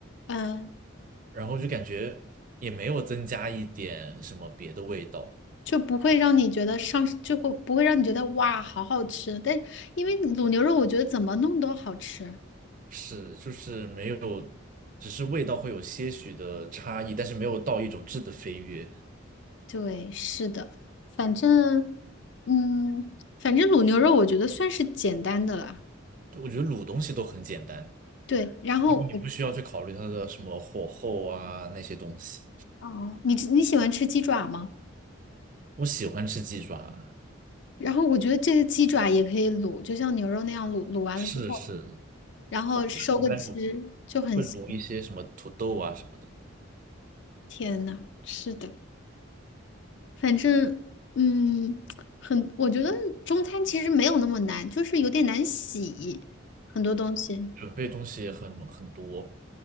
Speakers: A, on the left; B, on the right.
A: 嗯，
B: 然后就感觉也没有增加一点什么别的味道。
A: 就不会让你觉得上，就会不会让你觉得哇，好好吃。但因为卤牛肉，我觉得怎么弄都好吃。
B: 是，就是没有，只是味道会有些许的差异，但是没有到一种质的飞跃。
A: 对，是的，反正，嗯，反正卤牛肉我觉得算是简单的啦。
B: 对我觉得卤东西都很简单，
A: 对，然后我，
B: 因为你不需要去考虑它的什么火候啊那些东西。
A: 哦，你吃你喜欢吃鸡爪吗？
B: 我喜欢吃鸡爪，
A: 然后我觉得这个鸡爪也可以卤，就像牛肉那样卤，卤完了之后，
B: 是是，
A: 然后收个汁就很香。
B: 我觉得我还卤会卤一些什么土豆啊什么的，
A: 天呐，是的，反正，嗯，很，我觉得中餐其实没有那么难，就是有点难洗很多东西。
B: 准备东西很很多，